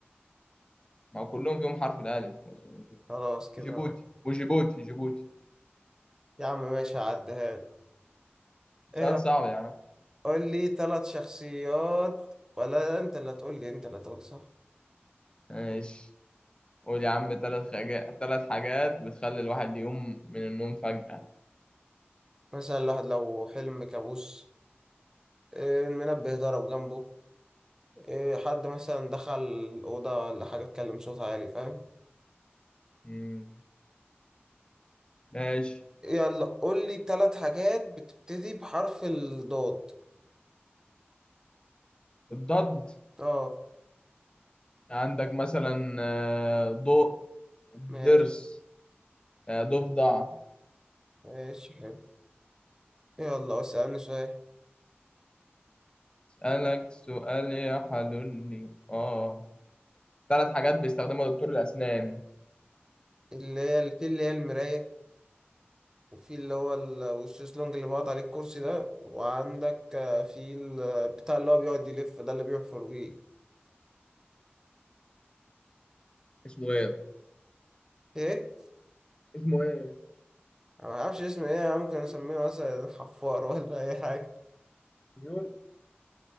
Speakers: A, on the left; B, on the right.
A: ما هو كلهم فيهم حرف الألف مصر وتونس.
B: خلاص كده
A: جيبوتي وجيبوتي جيبوتي
B: يا عم ماشي هعديها لك.
A: سؤال
B: ايه
A: صعب يا عم
B: قول لي تلات شخصيات ولا لا انت اللي هتقول لي انت اللي هتقول صح
A: ماشي قول يا عم ثلاث حاجات ثلاث حاجات بتخلي الواحد يقوم من النوم فجأة
B: مثلا الواحد لو حلم بكابوس آه، المنبه ضرب جنبه إيه حد مثلا دخل الأوضة ولا حاجة اتكلم صوت عالي فاهم
A: مم. ماشي
B: يلا قول لي تلات حاجات بتبتدي بحرف الضاد
A: الضد
B: اه
A: عندك مثلا آه، ضوء ضرس
B: ماشي
A: آه، ضفدع
B: ماشي حلو يلا اسألني سؤال
A: اسألك سؤال يا حلولي اه ثلاث حاجات بيستخدمها دكتور الأسنان
B: اللي هي في اللي هي المراية وفي اللي هو ال- والشيزلونج اللي بقعد عليه الكرسي ده وعندك آه، في ال- بتاع اللي هو بيقعد يلف ده اللي بيحفر بيه
A: اسمه ايه؟
B: ايه
A: اسمه ايه
B: انا ما اعرفش اسمه ايه ممكن اسميه مثلا حفار <laughs> ولا اي حاجة
A: ديور